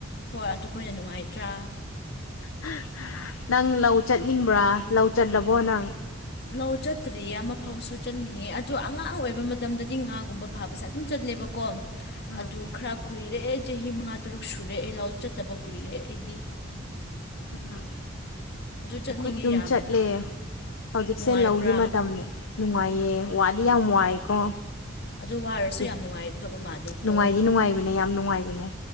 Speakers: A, on the left; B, on the left.
A: ꯍꯣꯏ ꯑꯗꯨꯈꯣꯏꯅ ꯅꯨꯡꯉꯥꯏꯇ꯭ꯔꯥ
B: ꯍꯍꯥ ꯍ <unintelligible> ꯅꯪ ꯂꯧ ꯆꯠꯅꯤꯡꯕ꯭ꯔꯥ ꯂꯧ ꯆꯠꯂꯕꯣ ꯅꯪ
A: ꯂꯧ ꯆꯠꯇ꯭ꯔꯤꯌꯦ ꯑꯃ ꯐꯥꯎꯁꯨ ꯆꯠꯅꯤꯡꯉꯦ ꯑꯗꯣ ꯑꯉꯥꯡ ꯑꯣꯏꯕ ꯃꯇꯝꯗꯗꯤ ꯉꯥꯒꯨꯝꯕ ꯐꯥꯕꯁꯦ ꯑꯗꯨꯝ ꯆꯠ ꯂꯦꯕꯀꯣ
B: ꯎꯝ
A: ꯑꯗꯨ ꯈꯔ ꯀꯨꯏꯔꯦ ꯆꯍꯤ ꯃꯉꯥ ꯇꯔꯨꯛ ꯁꯨꯔꯦ ꯑꯩ ꯂꯥꯎ ꯆꯠꯇꯕ ꯀꯨꯏꯔꯦ ꯑꯩꯗꯤ
B: ꯍ ꯥ
A: ꯑꯗꯨ ꯆꯠꯅꯤꯡꯉꯦ
B: ꯑꯩꯈꯣꯏꯗꯤ ꯑꯗꯨꯝ
A: ꯌꯥꯝꯅ
B: ꯆꯠꯂꯦ ꯍꯧꯖꯤꯛꯁꯦ
A: ꯅꯨꯡꯉꯥꯏꯕ꯭ꯔꯥ
B: ꯂꯧꯒꯤ ꯃꯇꯝꯅꯦ ꯅꯨꯡꯉꯥꯏꯌꯦ ꯋꯥꯗꯤꯌꯥꯝ ꯋꯥꯏꯀꯣ
A: ꯑꯗꯨ ꯋꯥꯔꯁꯨ
B: ꯑꯗꯨ
A: ꯌꯥꯝ ꯅꯨꯡꯉꯥꯏꯒꯗꯧꯕ ꯃꯥꯜꯂꯤꯀꯣ
B: ꯅꯨꯡꯉꯥꯏꯗꯤ ꯅꯨꯡꯉꯥꯏꯕꯅꯦ ꯌꯥꯝ ꯅꯨꯡꯉꯥꯏꯕꯅꯦ